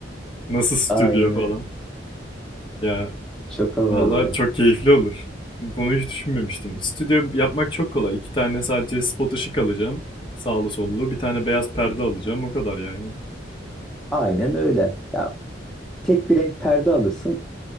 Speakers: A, on the left; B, in the centre.
A: Nasıl stüdyo
B: Aynen
A: falan.
B: öyle.
A: Ya
B: Çok havalı.
A: Valla çok keyifli olur. Bunu hiç düşünmemiştim. Stüdyo yapmak çok kolay. İki tane sadece spot ışık alacağım. Sağlı sollu. Bir tane beyaz perde alacağım. O kadar yani.
B: Aynen öyle. Ya tek bir renk perde alırsın.